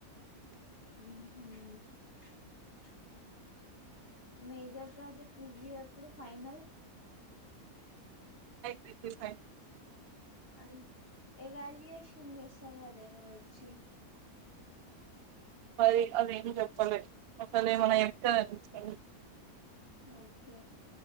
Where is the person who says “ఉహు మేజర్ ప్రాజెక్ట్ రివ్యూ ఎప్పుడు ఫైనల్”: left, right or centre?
Left